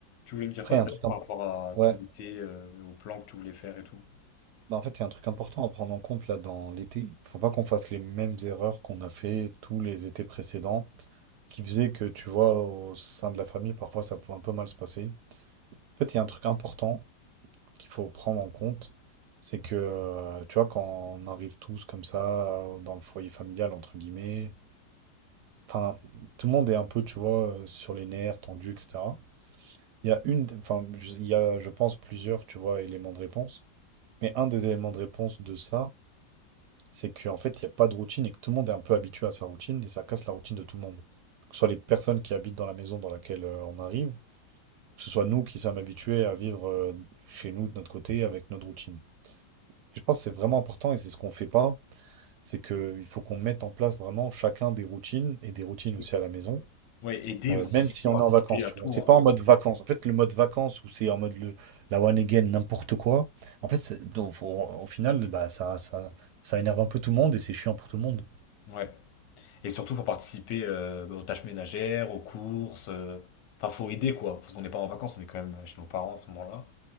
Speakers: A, on the left (about 75°); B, on the right (about 75°).
A: Tu voulais me dire
B: Après,
A: quoi tout
B: il y a un truc,
A: à l'heure par
B: imp-
A: rapport à
B: ouais.
A: ton été, euh, au plan que tu voulais faire et tout?
B: Bah, en fait, il y a un truc important à prendre en compte là dans l'été. Faut pas qu'on fasse les mêmes erreurs qu'on a fait tous les étés précédents, qui faisaient que, tu vois, au sein de la famille, parfois ça pouvait un peu mal se passer. En fait, il y a un truc important qu'il faut prendre en compte, c'est que, euh, tu vois, quand on arrive tous comme ça, euh, dans le foyer familial, entre guillemets, enfin, tout le monde est un peu, tu vois, euh, sur les nerfs, tendu, etc. Il y a une, enfin, je- il y a, je pense, plusieurs, tu vois, éléments de réponse. Mais un des éléments de réponse de ça, c'est qu'en fait, il n'y a pas de routine et que tout le monde est un peu habitué à sa routine et ça casse la routine de tout le monde. Que ce soit les personnes qui habitent dans la maison dans laquelle euh, on arrive, ou que ce soit nous qui sommes habitués à vivre euh, chez nous de notre côté avec notre routine. Je pense que c'est vraiment important et c'est ce qu'on fait pas, c'est qu'il faut qu'on mette en place vraiment chacun des routines et des routines
A: Sûr.
B: aussi à la maison
A: Ouais, aider
B: euh,
A: aussi,
B: même
A: surtout
B: si on
A: participer
B: est en vacances,
A: à
B: tu
A: tout,
B: vois. C'est
A: hein.
B: pas en mode vacances. En fait, le mode vacances où c'est en mode le, la one again, n'importe quoi. En fait, c'est- donc, au, au final, bah, ça, ça, ça énerve un peu tout le monde et c'est chiant pour tout le monde.
A: Ouais. Et surtout, faut participer euh, aux tâches ménagères, aux courses. euh, Enfin, faut aider, quoi. Parce qu'on n'est pas en vacances, on est quand même euh, chez nos parents à ce moment-là.